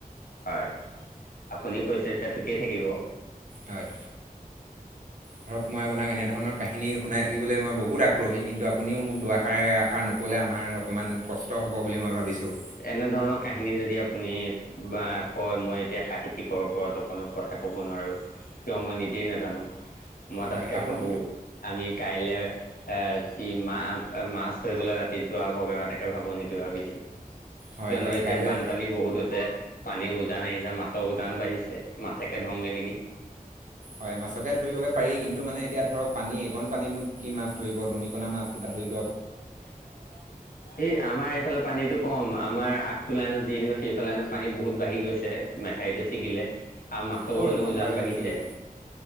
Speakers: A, on the left; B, on the right.
A: হয় আপুনি কৈছে যেতিয়া ঠিকেই থাকিব
B: হয় ধৰক মই আপোনাক এনেধৰণৰ কাহিনী শুনাই থাকিবলৈ মই বহুত আগ্ৰহী কিন্তু আপুনিও মোক দুুৱাষাৰে ষাৰ নক'লে আমাৰ অকণমান কষ্ট হ'ব বুলি মই ভাবিছো
A: এনে ধৰণৰ কাহিনী যদি আপুনি বা কয় মই এতিয়া সাহিত্যিকৰ ওপৰত অকনো কথা ক'ব নোৱাৰো কিয় মই নিজেই নাজানো মই তাতকে
B: হয় আপুনি
A: ভাবো আমি কাইলে এ যি মা মাছ ধৰিবলৈ ৰাতি যোৱা প্ৰগ্ৰেম এটাকে এটা ভাবো নেকি ভাবিছো
B: হয়
A: কিয়নো
B: হয়
A: এতিয়া
B: কাইলৈ
A: বানপানী বহুত হৈছে ছে পানী উজান আহিছে মাছৰ উজান বাঢ়িছে মাছেকে ধয়োংগে নেকি
B: হয় মাছকে ধৰিবগে পাৰি কিন্তু মানে এতিয়া ধৰক পানী এইকণ পানীনো কি মাছ ধৰিব দনিকণা মাছ ধৰিব
A: <unintelligible> এই আমাৰ এইফালে পানীটো কম আমাৰ আগটো লাইনত যিহেতু সেইফালে লাইনত পানী বহুত বাঢ়ি গৈছে মেঠাৰিটো ছিগিলে আৰু মাছো
B: ক'ৰ
A: হেনো
B: মাথাউৰিটো
A: উজান বাঢ়িছে
B: ছিগিলে